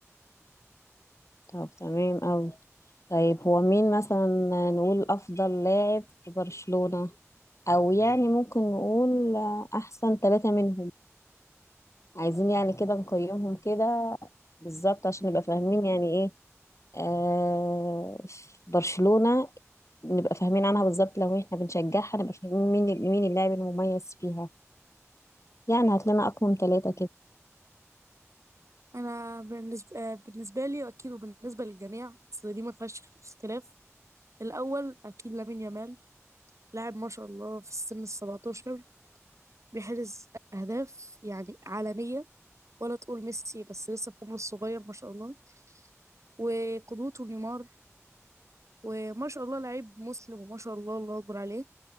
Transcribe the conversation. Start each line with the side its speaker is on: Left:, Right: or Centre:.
Left: طب تمام قوي طيب هو مين مثلا نقول افضل لاعب في برشلونة او يعني ممكن نقول احسن ثلاثة منهم عايزين يعني كده نقيمهم كده بالظبط عشان نبقى فاهمين يعني ايه آه في برشلونة نبقى فاهمين عنها بالظبط لو احنا بنشجعها نبقى فاهمين مين مين اللاعب المميز فيها يعني هات لنا اقوم ثلاثة كده
Right: انا بالنسبه آه، بالنسبه لي واكيد وبالنسبه للجميع اصل دي ما فيهاش اختلاف الاول اكيد لامين يامال لاعب ما شاء الله في السن ال 17 بيحرز اهداف يعني عالميه ولا تقول ميسي بس لسه في عمره الصغير ما شاء الله وقدوته نيمار وما شاء الله لعيب مسلم وما شاء الله الله اكبر عليه